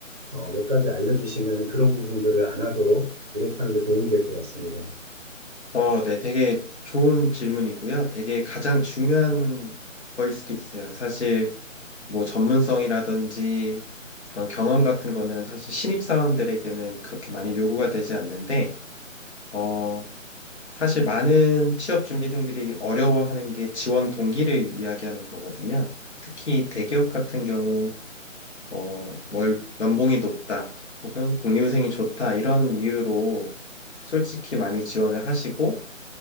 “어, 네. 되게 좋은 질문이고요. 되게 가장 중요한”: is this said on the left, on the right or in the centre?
Left